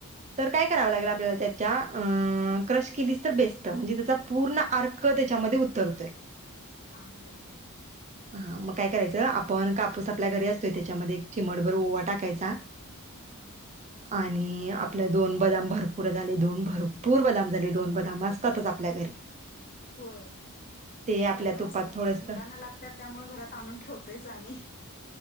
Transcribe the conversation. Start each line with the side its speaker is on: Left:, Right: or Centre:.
Right: तर काय कराव लागेल आपल्याला त्याच्या क्रश केलीस तर बेस्ट म्हणजे त्याचा पूर्ण आर्क त्याच्यामध्ये उतरतोय.
Left: हां बरोबर आहे.
Right: हा मग काय करायच आपण कापूस आपल्या घरी असतोय त्याच्यामध्ये एक चिमटभर ओवा टाकायचा.
Left: हां
Right: आणि आपल्या दोन बदाम भरपूर झाले दोन भरपूर बदाम झाले. दोन बदाम असतातच आपल्या घरी.
Left: होय
Right: ते आपल्या
Left: बदाम
Right: तुपात
Left: असतात घरात
Right: थोडस
Left: मुलांना लागतात त्यामुळ घरात आणून ठेवतोयच आम्ही.